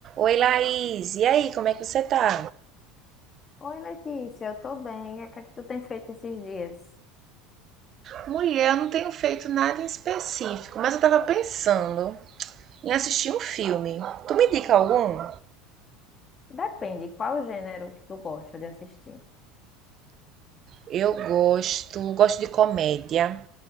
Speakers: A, on the right; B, on the left.
A: Oi, Laís. E aí, como é que você tá?
B: Oi, Letícia, eu tô bem. E O que é que tu tem feito esses dias?
A: Mulher, eu não tenho feito nada em específico, mas eu tava pensando em assistir um filme. Tu me indica algum?
B: Depende, qual o gênero que tu gosta de assistir.
A: Eu gosto, gosto de comédia,